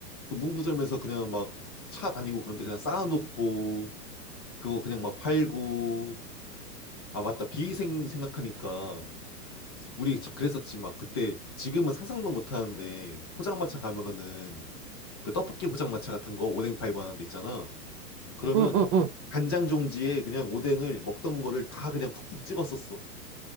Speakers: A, on the left; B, on the right.
A: 그 문구점에서 그냥 막 차 다니고 그런데 그냥 쌓아놓고 그거 그냥 막 팔고 아 맞다 비위생 생각하니까 우리 저- 그랬었지 막 그때 지금은 상상도 못하는데 포장마차 가면은 그 떡볶이 포장마차 같은 거 오뎅 팔고 하는 데 있잖아. 그러면
B: 응, 응, 응.
A: 간장 종지에 그냥 오뎅을 먹던 거를 다 그냥 푹푹 찍었었어.